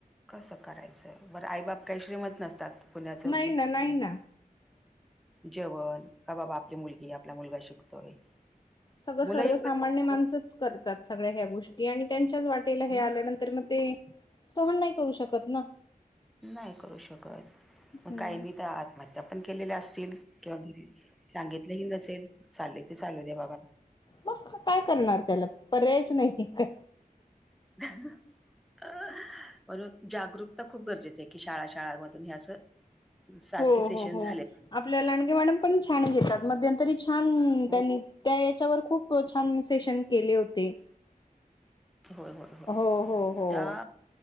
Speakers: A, in the centre; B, on the left.
A: कसं करायचंय बरं आई बाप काही श्रीमंत नसतात. कुणाचं
B: नाही ना नाही ना.
A: जेवण का बाबा आपली मुलगी आपला मुलगा शिकतोय?
B: सगळं
A: मुलं
B: सर्वसामान्य
A: एक वेळ
B: माणसच करतात. सगळ्या ह्या गोष्टी आणि त्यांच्याच वाट हे आल्यानंतर
A: मग
B: मग ते सहन नाही करू शकत ना.
A: नाही करू शकत,
B: हम्म
A: मग काहीनी, तर आत्महत्या पण केलेल्या असतील, किंवा घरी सांगितलं ही नसेल, चाललय ते चालू द्या बाबा
B: मग तर काय करणार त्याला? पर्यायच नाही काय?
A: <inaudible> <unintelligible> म्हणून जागरूकता खूप गरजेची आहे की, शाळा -शाळांमधून हे असं सारखे
B: हो
A: सेशन
B: हो हो
A: झाले
B: आपल्या लांडगे मॅडम पण छान घेतात. मध्यंतरी छान
A: हो
B: त्यांनी त्या याच्यावर खूप छान सेशन केले होते!
A: होय होय होय
B: हो हो हो.
A: त्या